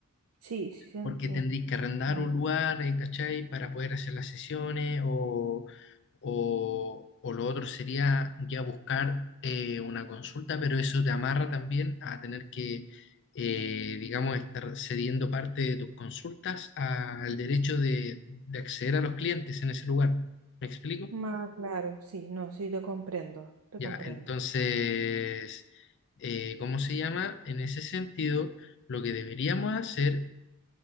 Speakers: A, on the right; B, on the left.
A: Sí, sí, sentí.
B: porque tendréis que arrendar
A: entiendo.
B: un lugar, eh, ¿cachai? Para poder hacer las sesiones o, o- o lo otro sería ya buscar eh, una consulta, pero eso te amarra también a tener que, eh, digamos, estar cediendo parte de tus consultas al derecho de, de acceder a los clientes en ese lugar. ¿Me explico?
A: Más claro, sí, no, sí, te comprendo, te
B: Ya,
A: comprendo.
B: entonces, eh, ¿cómo se llama? En ese sentido, lo que deberíamos hacer